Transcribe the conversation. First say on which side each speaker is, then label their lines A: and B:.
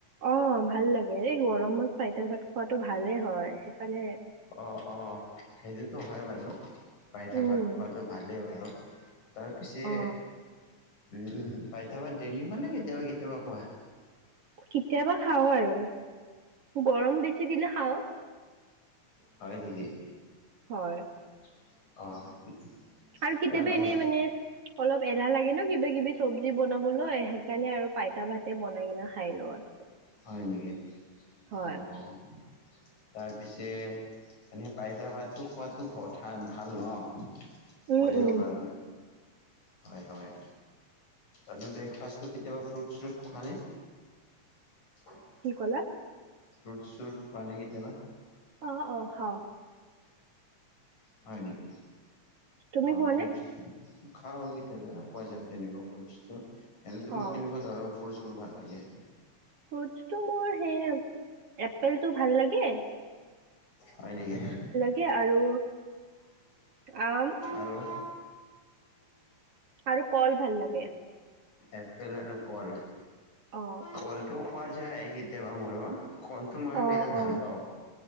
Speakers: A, on the right; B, on the left.
A: অ', ভাল লাগে। এনেই গৰমত পাইতা ভাত খোৱাটো ভালে হয়। সেইকাৰণে
B: অ', অ', সেইটোতো হয় বাৰু। পাইতা
A: উম
B: ভাত খোৱাটো ভালেই বাৰু। তাৰ পিছে,
A: অ
B: উম', পাইতা ভাত ডেইলি খোৱা নে কেতিয়াবা কেতিয়াবা খোৱা?
A: কেতিয়াবা খাওঁ আৰু! গৰম বেছি দিলে খাওঁ।
B: হয় নেকি?
A: হয়।
B: অ'।
A: আৰু কেতিয়াবা
B: তাৰ বাহি
A: এনেই মানে, অলপ এলাহ লাগে ন কিবা কিবি চব্‌জি বনাবলৈ। সেইকাৰণে আৰু পাইতা ভাতে বনাই কিনে খাই লওঁ আৰু।
B: হয় নেকি!
A: হয়
B: অ'। তাৰপিছে এনেই পাইতা ভাতটো খোৱাটো-ঘ-ঠা ভাল ন?
A: উম
B: শৰীৰৰ
A: উম
B: কাৰনে হয়, হয়। এনে ব্ৰেকফাষ্টটো কেতিয়াবা ফ্ৰুট চ্ৰুট খোৱানে? <unintelligible>
A: কি ক'লা?
B: ফ্ৰুট চ্ৰুট খোৱানে কেতিয়াবা?
A: অ', অ', খাওঁ।
B: হয় নেকি?
A: তুমি
B: অ',
A: খোৱানে
B: ফ্ৰিটছ খাওঁ কেতিয়াবা খোৱা যায় তেনেকুৱা ফ্ৰুটছটো। এনে তোমাক
A: অ
B: কেনেকুৱা ধৰণৰ ফ্ৰুটছবোৰ ভাল লাগে?
A: ফ্ৰুটটো মোৰ সেই এপেলটো ভাল লাগে।
B: হয় নকি।
A: হে আৰু, আম।
B: আৰু?
A: আৰু কল ভাল লাগে।
B: এপেল আৰু কল,
A: অ
B: কলটো খোৱা যায় কেতিয়াবা মোৰো। কলটো মই
A: অ
B: বিৰাট ভাল
A: অ
B: পাওঁ